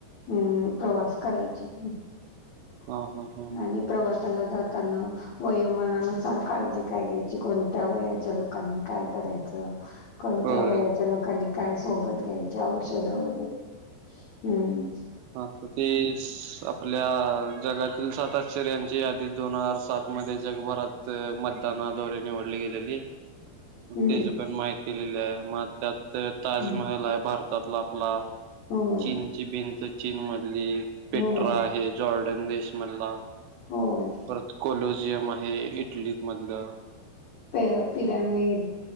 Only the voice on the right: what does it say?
हां, हां, हां.
होय,
हा तर ते आपल्या जगातील सात आश्चऱ्यांची यादी दोन हजार सात मध्ये जगभरात मतदानाद्वारे निवडली गेलेली. तेझी
पण माहिती लिहिली आहे मग त्यात ते ताजमहल
आहे भारतातला आपला.
चीनची भिंत चीन मधली, पेट्रा
आहे जॉर्डन देशमधला.
परत कोलोजियम आहे इटलीमधलं.